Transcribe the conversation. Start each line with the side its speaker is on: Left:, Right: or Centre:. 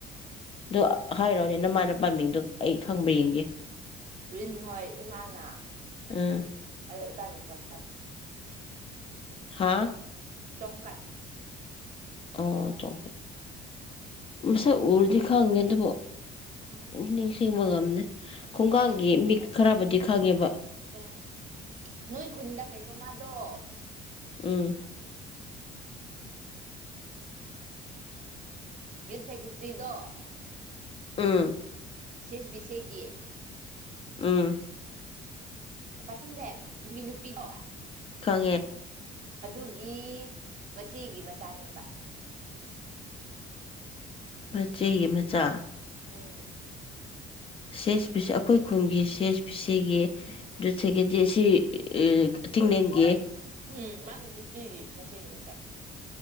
Left: ꯑꯗꯨ ꯍꯥꯏꯔꯣꯅꯤꯅ ꯃꯥꯅ ꯄꯥꯝꯃꯤꯡꯗꯣ ꯑꯩ ꯈꯪꯕ ꯌꯦꯡꯦ ꯌꯦ
Right: ꯔꯤꯟ ꯍꯣꯏ ꯏꯃꯥꯅ
Left: ꯑꯥ
Right: ꯑ ꯇꯥꯟ ꯆ ꯈ ꯐꯥꯏ
Left: ꯍꯥꯥ
Right: ꯆꯣꯡꯀꯠ
Left: ꯑꯣ ꯇ ꯃꯁ ꯎꯔꯗꯤ ꯈꯦꯕꯣ
Right: ꯍꯣꯏ
Left: ꯅꯤꯡꯁꯤꯡꯕ ꯉꯝꯅꯤ ꯈꯣꯡꯒꯥꯡꯒꯤ
Right: ꯍꯣꯏ
Left: ꯃꯤ ꯈꯔꯕꯨꯗꯤ ꯈꯪꯉꯦꯕ
Right: ꯑꯦ ꯅꯣꯏ ꯈꯨꯟꯗ ꯀꯩꯅꯣꯃꯗꯣ
Left: ꯎꯝ
Right: ꯌꯨꯠꯁꯀꯤꯇ꯭ꯔꯤꯗꯣ
Left: ꯎꯝ
Right: ꯁꯤꯦꯁꯕꯤꯁꯦ ꯒꯤꯦ
Left: ꯎꯝ
Right: ꯄꯠꯇꯤꯡꯂꯦꯟ ꯑꯗꯨꯒꯤ ꯅꯨꯄꯤꯗꯣ
Left: ꯐꯉꯦ
Right: ꯑꯗꯨꯒꯤ ꯃꯆꯦꯒꯤ ꯃꯆꯥꯅꯦꯕ
Left: ꯃꯆꯦ ꯃꯆꯥ
Right: ꯎꯝ
Left: ꯁꯤꯦꯁ ꯄ ꯑꯩꯈꯣꯏ ꯈꯨꯟꯒꯤ ꯁꯦꯁ ꯄ ꯁꯤꯒꯤ ꯑꯗꯨꯠ ꯁꯦꯒꯦꯗꯤ ꯑꯁꯤ ꯑꯇꯤꯡꯡꯂꯦꯟꯒꯤ
Right: ꯎꯝ ꯃꯥꯅꯤ ꯅꯨꯄꯤꯒꯤ ꯃꯆꯦꯒꯤ ꯃꯆꯥꯛ